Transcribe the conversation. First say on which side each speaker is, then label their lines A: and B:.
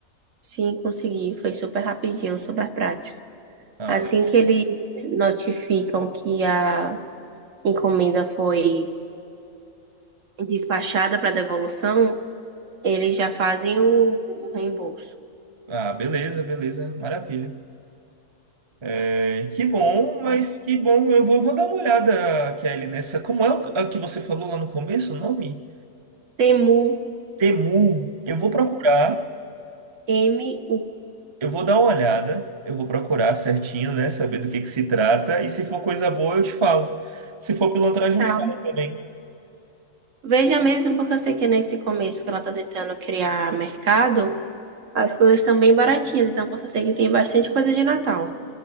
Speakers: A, on the right; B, on the right.
A: sim, consegui, foi super rapidinho, super prático.
B: Ah,
A: Assim
B: le-
A: que eles notificam que a encomenda foi despachada para devolução, eles já fazem o, o reembolso.
B: ah, beleza, beleza, maravilha. É, que bom,
A: Então,
B: mas que bom. Eu vou, vou dar uma olhada, Kelly, nessa. Como é o a que você falou lá no começo, o nome?
A: Temu,
B: Temu. Eu vou procurar,
A: T-E-M-U.
B: eu vou dar uma olhada, eu vou procurar certinho, né? Saber do que que se trata. E se for coisa boa, eu te falo. Se for pilantragem,
A: Tá?
B: eu te falo também.
A: Veja mesmo, porque eu sei que é nesse começo que ela está tentando criar mercado, as coisas estão bem baratinhas, então posso ser que tem bastante coisa de Natal.